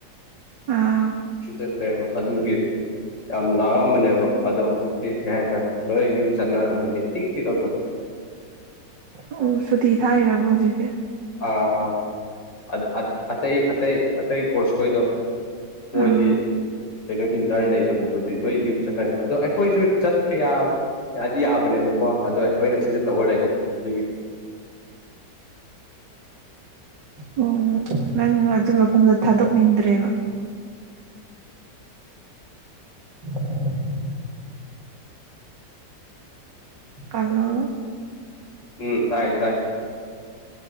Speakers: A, on the right; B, on the left.
A: ꯑꯥ
B: ꯁꯤꯗ ꯂꯩ ꯑꯗꯨꯒꯤ ꯌꯥꯝ ꯂꯥꯛꯑꯝꯕꯅꯦꯕ ꯑꯗꯣ ꯍꯧꯖꯤꯛꯇꯤ ꯀꯩ ꯍꯥꯏꯇꯥꯔꯦ ꯂꯣꯏ ꯌꯨꯝ ꯆꯠꯅꯕꯅꯦ ꯇꯤꯛ ꯇꯤꯛꯑꯒ
A: ꯑꯣ ꯁꯨꯇꯤ ꯊꯥꯏꯔꯕ ꯍꯧꯖꯤꯛꯁꯦ
B: ꯑꯥ ꯑꯥ ꯑꯗ ꯑ ꯑꯇꯩ ꯑꯇꯩ ꯑꯇꯩ ꯀꯣꯔꯁ ꯈꯣꯏꯗꯣ ꯃꯣꯏꯗꯤ
A: ꯑꯥ
B: ꯀꯩꯅꯣ ꯏꯟꯇꯔꯟ ꯂꯩꯇꯕ ꯑꯩꯈꯗꯤ ꯂꯣꯏ ꯌꯨꯝ ꯆꯠꯅ ꯑꯗꯣ ꯑꯩꯈꯣꯏꯁꯨ ꯆꯠꯄ ꯌꯥ ꯌꯥꯗꯤ ꯌꯥꯕ ꯅꯦꯕꯀꯣ ꯑꯗꯣ ꯑꯩꯈꯣꯏꯅ ꯁꯤꯗ ꯇꯧꯔ ꯂꯩꯍꯧꯕ ꯑꯗꯨꯒꯤ
A: ꯑꯣ ꯅꯪ ꯑꯗꯨ ꯃꯐꯝꯗ ꯊꯥꯗꯣꯛꯅꯤꯡꯗ꯭ꯔꯦꯕ <unintelligible> ꯑꯂꯣ
B: ꯎꯝ ꯇꯥꯏ ꯇꯥꯏ